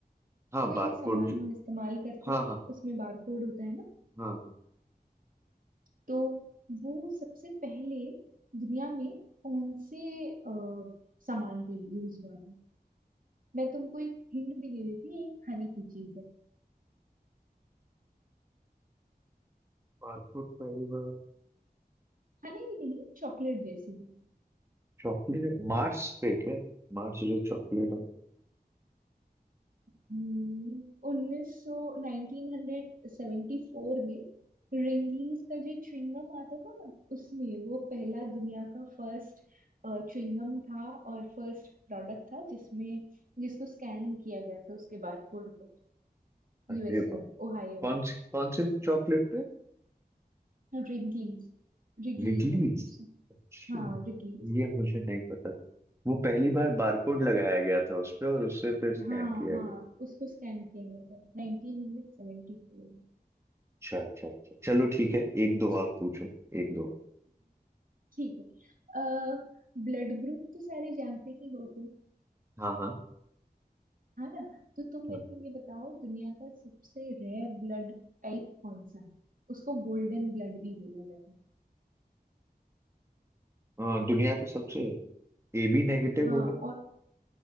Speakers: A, on the right; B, on the right.
A: हाँ
B: कोई
A: बारकोड
B: भी सामान
A: जो
B: हम इस्तेमाल करते
A: हाँ
B: हैं
A: हाँ
B: उसमें बारकोड होता है ना
A: हाँ हाँ
B: तो वो सबसे पहले दुनिया में कौन से अ, सामान पे यूज हुआ था मैं तुमको एक हिंट भी दे देती हूँ ये एक खाने की चीज है
A: बारकोड पहली बार
B: खाने की नहीं चॉकलेट जैसी है
A: चॉकलेट मार्स पे क्या मार्स जो चॉकलेट है
B: हम्म, उन्नीस सौ नाइनटीन हंड्रेड सेवेंटी फोर में रिंगलीज का जो च्युइंगम आता था ना उसमें वो पहला दुनिया का फर्स्ट च्युइंगम था और फर्स्ट प्रोडक्ट था जिसमें जिसको स्कैन किया गया था उसके बारकोड को यूएसए
A: अरे वाह
B: में ओहायो
A: कौन
B: में
A: सी कौन से चॉकलेट पे
B: Wrigley's Wrigley's
A: रिलीज
B: I think so
A: अच्छा
B: हाँ रिगलीज
A: ये मुझे नहीं पता था। वो पहली बार बारकोड लगाया गया था उस पे और उससे फिर स्कैन
B: हाँ
A: किया
B: हाँ
A: गया
B: उसको स्कैन किया गया था नाइनटीन हंड्रेड सेवेंटी फोर में
A: अच्छा अच्छा अच्छा चलो ठीक है एक
B: अच्छा
A: दो और पूछो एक दो और
B: ठीक है अ ब्लड ग्रुप तो सारे जानते ही हो तुम
A: हाँ हाँ
B: है ना तो तुम मेरे
A: हाँ
B: को ये बताओ दुनिया का सबसे रेयर ब्लड टाइप कौन सा है उसको गोल्डन ब्लड भी बोला जाता है
A: अ, दुनिया का सबसे ए बी नेगेटिव
B: हाँ
A: होगा
B: और